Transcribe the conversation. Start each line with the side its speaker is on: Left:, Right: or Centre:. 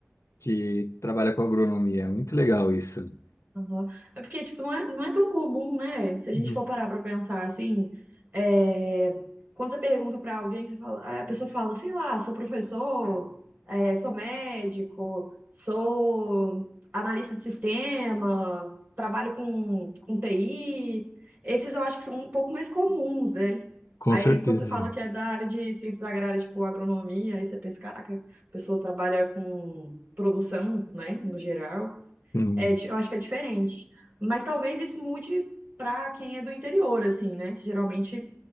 Left: que trabalha com agronomia. É Muito legal isso.
Right: Aham. É porque, tipo, não é, não é tão comum, né? Se a gente
Left: Uhum.
Right: for parar pra pensar assim, é, quando você pergunta pra alguém, você fala, a pessoa fala, sei lá, sou professor, é, sou médico, sou analista de sistema, trabalho com, com TI. Esses eu acho que são um pouco mais comuns, né?
Left: Com
Right: Aí,
Left: certeza.
Right: quando você fala que é da área de ciências agrárias, tipo agronomia, aí você pensa, caraca, a pessoa trabalha com produção, né, no geral.
Left: Sim,
Right: É, di- eu acho que é diferente. Mas talvez isso mude para quem é do interior, assim, né? Que Geralmente,